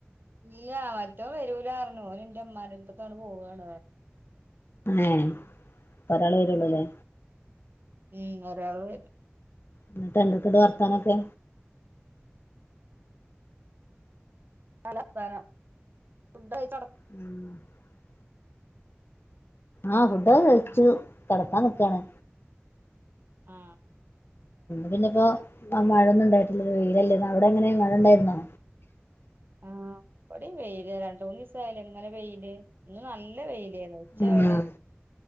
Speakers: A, on the right (about 50°); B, on the left (about 55°).
A: നീയാവാ വരൂലാർഞ്ഞു ഓന് എന്റെ ഉമ്മൻ്റെ അടുത്ത്ക്ക് അങ്ങട് പോവാണ്
B: ഏ ഒരാളെ
A: ഉം
B: വരുള്ളൂല്ലേ
A: ഉം ഒരാള്
B: എന്നിട്ട് എന്തൊക്കെണ്ട് വർത്താനൊക്കെ
A: നല്ല വർത്താനം ഫുഡ് കഴി-
B: ഉം ആ ഫുഡൊക്കെ കഴിച്ചു കിടക്കാനിക്കാണ്
A: ആ
B: പിന്ന ഇപ്പോ മഴൊന്നും ഉണ്ടായിട്ടില്ല വെയിലല്ലരുന്നു അവിടെ അങ്ങനെ മഴ ഉണ്ടായിരുന്നോ
A: ആ ഇവിടേം വെയില് രണ്ട് മൂന്ന് ദിവസായല്ലോ ഇങ്ങനെ വെയില് ഇന്ന് നല്ല വെയില് ഓ ഉച്ച
B: ആഹ്
A: വരെ